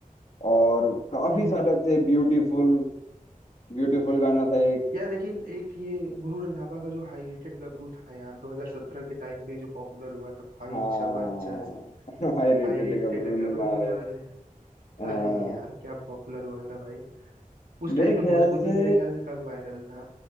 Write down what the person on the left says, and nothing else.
और काफी
सारे
थे ब्यूटीफुल ब्यूटीफुल गाना था एक
हाँ
<laughs> हाई रेटेड
गबरू ने
मारे
हाँ
मेरे
ख्याल
से